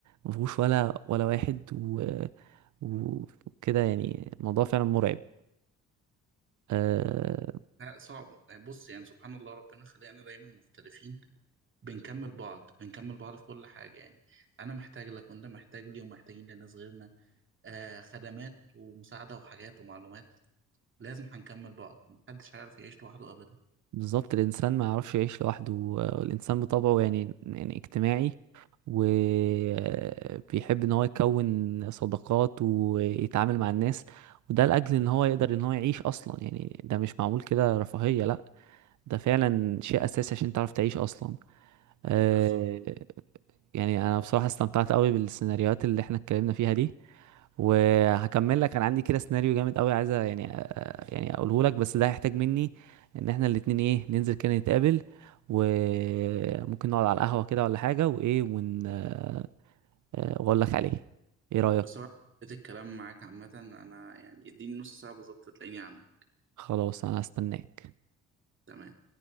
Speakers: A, on the right (about 75°); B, on the right (about 40°).
A: مفهوش ولا ولا واحد و- و- وكده يعني الموضوع فعلا مرعب آه،
B: لا، صعب يعني بص يعني سبحان الله ربنا خلقنا دايما مختلفين بنكمل بعض بنكمل بعض في كل حاجة يعني أنا محتاج لك وأنت محتاج لي ومحتاجين لناس غيرنا آه خدمات ومساعدة وحاجات ومعلومات لازم هنكمل بعض محدش هيعرف يعيش لوحده أبدا
A: بالظبط الانسان ما يعرفش يعيش لوحده آه، الانسان بطبعه يعني يعني اجتماعي وبيحب ان هو يكون صداقات ويتعامل مع الناس وده لاجل ان هو يقدر ان هو يعيش اصلا يعني ده مش معمول كده رفاهية لا ده فعلا شيء اساسي عشان تعرف تعيش اصلا آه،
B: بالظبط
A: يعني انا بصراحة استمتعت قوي بالسيناريوهات اللي احنا اتكلمنا فيها دي وهكمل لك انا عندي كده سيناريو جامد قوي عايز أ- يعني آه، يعني اقوله لك بس ده هيحتاج مني ان احنا الاتنين ايه ننزل كده نتقابل وممكن نقعد على القهوة كده ولا حاجة وايه ون آه، آه، واقول لك عليه ايه رأيك
B: بصراحه حبيت الكلام معاك عامه انا يعني اديني نص ساعه بالظبط تلاقيني عندك
A: خلاص انا هستناك
B: تمام